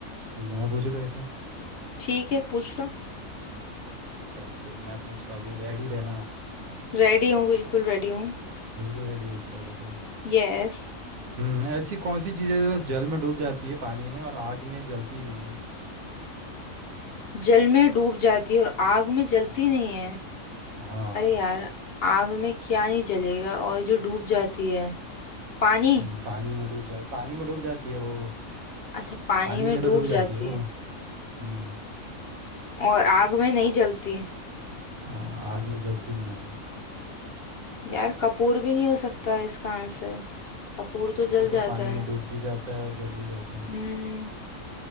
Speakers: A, on the right; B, on the left.
A: ठीक है मैं पूछू तेरे से
B: ठीक है पूछ लो
A: चल फिर मैं पूछता हूँ अभी रेडी रहना
B: रेडी हूँ बिल्कुल रेडी हूँ
A: बिल्कुल रेडी है चलो फिर
B: यस
A: हम्म ऐसी कौन सी चीज़ है जो जल में डूब जाती है पानी में और आग में जलती नहीं है
B: जल में डूब जाती है और आग में जलती
A: हम्म।
B: नहीं है
A: हाँ
B: अरे यार आग में क्या नहीं जलेगा और जो डूब जाती है पानी
A: हम्म, पानी में डूब जा पानी में डूब जाती है वो
B: अच्छा पानी
A: पानी
B: में
A: में
B: डूब
A: तो डूब जाती
B: जाती
A: है वो
B: है
A: हम्म
B: और आग में नहीं जलती
A: हाँ आग में जलती नहीं है वो
B: यार कपूर भी नहीं हो सकता है इसका आंसर कपूर तो
A: कपूर
B: जल
A: तो
B: जाता
A: पानी
B: है
A: में डूब भी जाता है और जल भी जाता है
B: हम्म